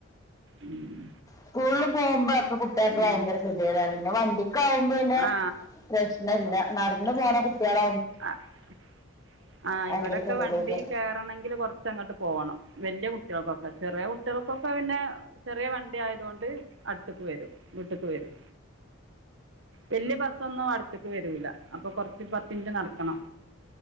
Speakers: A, on the right; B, on the left.
A: ഉം
B: സ്കൂളിൽ പോകുമ്പോ കുട്ടികൾക്ക്
A: ഉം
B: ഭയങ്കര ശല്യമാണ് പിന്നെ വണ്ടിക്ക ആകുമ്പോ പിന്നെ
A: ആ
B: പ്രശ് ഇല്ല ഇല്ല നടന്ന പോണ കുട്ടിയള
A: ആഹ് ആഹ്
B: ഭയങ്കര
A: ഇവിടെക്കെ
B: ഗതികേടായിരിക്കും
A: വണ്ടി കേറണമെങ്കി കൊറച്ച് ച്ച് അങ്ങോട്ട് പോവണം വലിയ കുട്ടികൾക്കൊക്കെ ചെറിയ കുട്ടിയ ൾക്കൊക്കെ പിന്നെ ചെറിയ വണ്ടി ആയതൊണ്ട് അടുത്തക്ക് വരും വീട്ടക്ക് വരും. വല്യ ബസൊന്നും അടുത്ക്ക് വരൂല്ല അപ്പൊ കൊറച്ച് പത്ത് മിനിറ്റ് നടക്കണം.